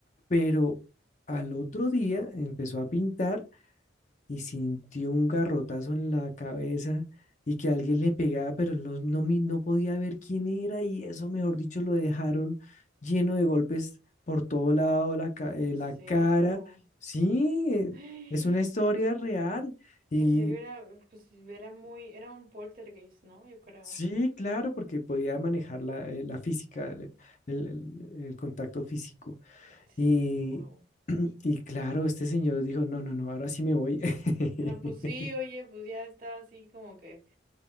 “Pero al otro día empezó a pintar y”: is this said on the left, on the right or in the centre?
Left